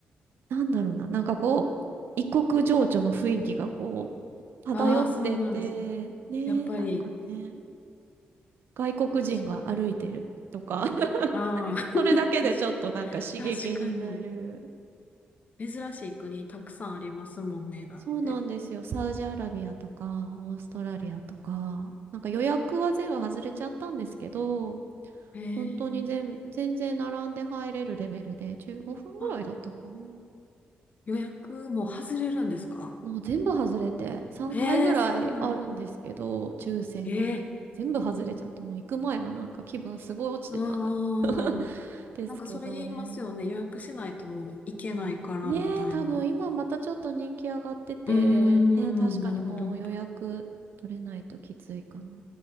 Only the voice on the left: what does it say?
ああ、そうなんですね。
やっぱり、
確かに。
ああ、
<laughs> 確かに。確かに。珍しい国たくさんありますもんね。だって。
ええー
あ、予約も外れるんですか
ええーそうなん。
ええー
うんうんうん。
なんかそれ言いますよね。予約しないともう行けないからみたいな。
うーん、
なるほど。